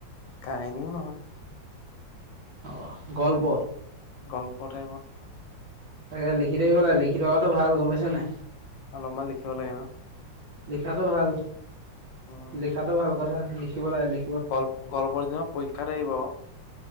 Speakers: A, on the left; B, on the right.
A: কাহিনীও নহয়
B: অহ গল্প
A: গল্প টাইপত
B: তাকে লিখি থাকিব লাগে লিখি থকাটো ভাল গম পাইছে নাই
A: অলপমান লিখিব লাগে
B: লিখাটো ভাল
A: উম
B: লিখাটো ভাল কথা লিখিব লাগে লি
A: গল্প গল্পৰ দিন পৰীক্ষাত আহিব